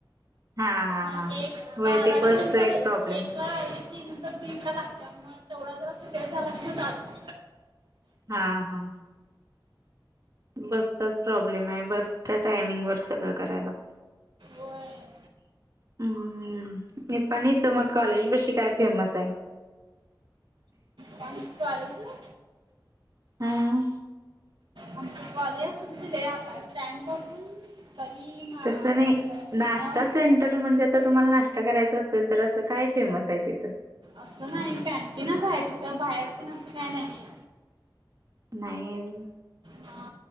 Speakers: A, on the right; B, on the right.
A: हा हा
B: मग
A: हा.
B: एक,
A: होय
B: बाराच्या
A: ते बसचा
B: नंतर एक
A: प्रॉब्लेम
B: वेळा आली कि दिपला लागत मग तेवढा जर अस वेळ झाला की जाता.
A: हा हा. बसचाच प्रॉब्लेम आहे बसच्या टायमिंगवर सगळं करायला लागते.
B: होय
A: हम्म. निफानी तुम कॉलेज बशी काय फेमस आहे?
B: प कॉलेजला.
A: हा
B: आमच कॉलेज तिथे आता स्टँड पासून तरी.. मा आपलं
A: तस नाही. नाष्टा
B: हं?
A: सेंटर म्हणजे आता तुम्हाला नाष्टा करायचा असेल तर असं काय फेमस आहे तिथं.
B: असं नाही कॅन्टीन खाय तर बाहेर तुन असं काय नाहीय.
A: नाही हाय गि.
B: हा